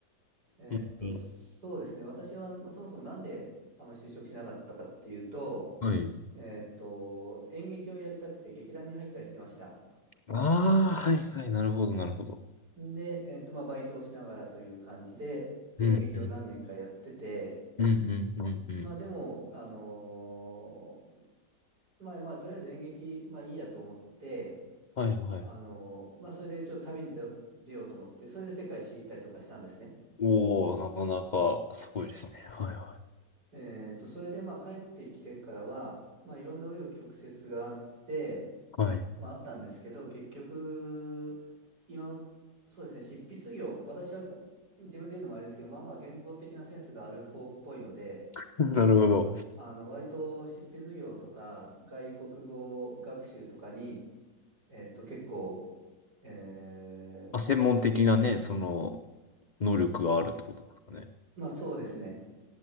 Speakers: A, on the right; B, on the left.
A: えーっと、
B: うん
A: そうですね。私はまあそもそもなんであんまり就職しなかったかっていうと、
B: はい。
A: えーっと、演劇をやりたくて劇団に入ったりしてました。
B: ああ、はいはい、なるほど、なるほど。
A: で、えーっと、まあ、バイトをしながらという感じで演劇を何年かやってて、
B: うん、うん、うん、うん、うんうん。
A: まあ、でも、あのーまあ、まあ、とりあえず演劇、まあ、いいやと思って、
B: はいはい。
A: あのーまあ、それでちょっと旅に出よ出ようと思って、それで世界一周行ったりとかしたんですね。
B: おお、なかなかすごいですね。はいは
A: えーっと、それで、まあ、帰ってきてからは、まあ、いろんな紆余曲折があって、
B: い。はい。
A: はああったんですけど、結局、今の、そうですね、執筆業、私はか自分で言うのもあれですけど、まあまあ言語的なセンスがある方っぽいので、
B: <laughs> なるほど。
A: あの割と執筆業とか外国語学習とかに、えっと、結構、えー
B: あ、専門的なね、その、能力があるってことなんですかね。
A: まあそうですね、